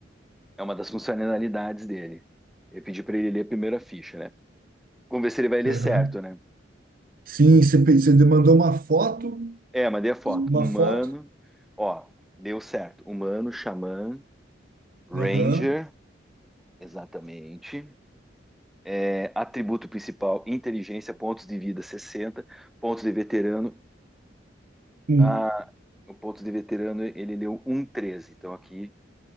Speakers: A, in the centre; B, on the right.
A: é uma das funcionalidades dele. Eu pedi para ele ler a primeira ficha, né? Vamos ver se ele vai ler
B: Aham.
A: certo, né?
B: Sim, você, pe- você demandou uma foto.
A: É, mandei a foto.
B: Uma
A: Humano,
B: foto.
A: ó, deu certo. Humano, xamã, Ranger,
B: Aham.
A: exatamente. É, atributo principal, inteligência, pontos de vida 60, pontos de veterano.
B: Um.
A: Ah, o ponto de veterano ele deu um vírgula treze. Então aqui